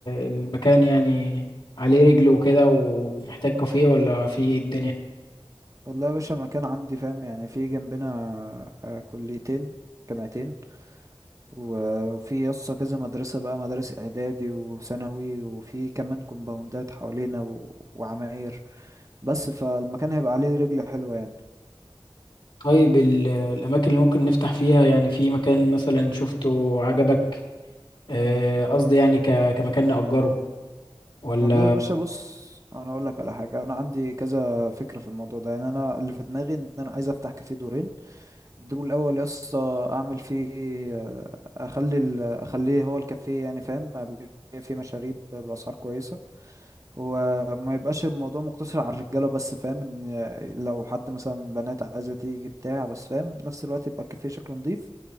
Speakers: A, on the left; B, on the right.
A: المكان يعني عليه رجل وكده ومحتاج كافيه ولا في إيه الدنيا
B: والله يا باشا المكان عندي فاهم يعني في جنبنا آه، كليتين جامعتين و- وفي يسطا كذا مدرسه بقى مدارس اعدادي وثانوي وفي كمان كومباوندات حوالينا و... وعماير بس فالمكان هيبقى عليه رجل حلوه يعني
A: طيب ال- الأماكن اللي ممكن نفتح فيها يعني في مكان مثلا شفته عجبك آه، قصدي يعني ك- كمكان نأجره ولا
B: والله يا باشا بص انا اقول لك على حاجه انا عندي كذا فكره في الموضوع ده يعني انا اللي في دماغي ان انا عايز افتح كافيه دورين الدور الاول يا اسطى اعمل فيه آه، اخلي ال- اخليه هو الكافيه يعني فاهم ابيع فيه مشاريب باسعار كويسه هو ما يبقاش الموضوع مقتصر على الرجاله بس فاهم ان آه، لو حد مثلا بنات عايزه تيجي بتاع بس فاهم نفس الوقت يبقى الكافيه شكله نظيف